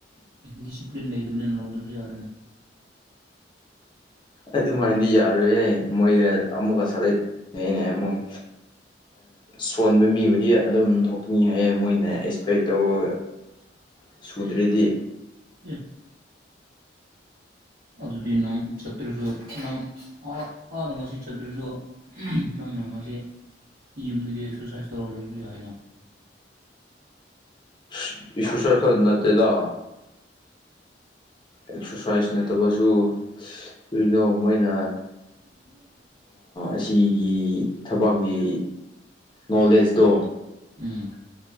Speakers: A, on the right (about 50°); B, on the left (about 25°).
A: ꯗꯤꯁꯤꯄ꯭ꯂꯤꯟ ꯂꯩꯇꯕꯅꯤꯅ ꯂꯧꯥꯎꯗꯁꯨ ꯌꯥꯔꯦ
B: ꯑꯗꯨꯃꯥꯏꯅꯗꯤ ꯌꯥꯔꯣꯏꯍꯦ ꯃꯣꯏꯗ ꯑꯃꯨꯛꯀ <unintelligible> <unintelligible> ꯃꯣꯏ ꯁꯣꯟꯕ ꯃꯤꯕꯨꯗꯤ ꯑꯗꯨꯝ ꯊꯣꯛꯅꯤ ꯍꯥꯏꯌꯦ ꯃꯣꯏꯅ ꯑꯦꯁꯄꯦꯛ ꯇꯧꯕꯥ
A: <inaudible>
B: ꯁꯨꯗ꯭ꯔꯗꯤ
A: ꯌꯦ <unintelligible> ꯑꯗꯨꯗꯤ ꯅꯪ ꯆꯠꯇ꯭ꯔꯁꯨ ꯅꯪ <unintelligible> ꯑꯗꯣ ꯉꯁꯤ ꯆꯠꯇ꯭ꯔꯁꯨ ꯅꯪꯅ ꯉꯁꯤ ꯌꯨꯝꯗꯒꯤ ꯑꯦꯛꯁꯔꯁꯥꯏꯁ ꯇꯧꯔꯒ ꯂꯩꯔꯁꯨ ꯌꯥꯏ
B: <unintelligible> ꯈꯛ ꯅꯠꯇꯦꯗ ꯑꯦꯛꯁꯔꯁꯥꯏꯁ ꯅꯠꯇꯕꯁꯨ ꯀꯔꯤꯅꯣ ꯃꯣꯏꯅ
A: <unintelligible>
B: ꯑꯁꯤꯒꯤ ꯊꯕꯛꯀꯤ ꯅꯣꯂꯦꯖꯇꯣ
A: ꯎꯝ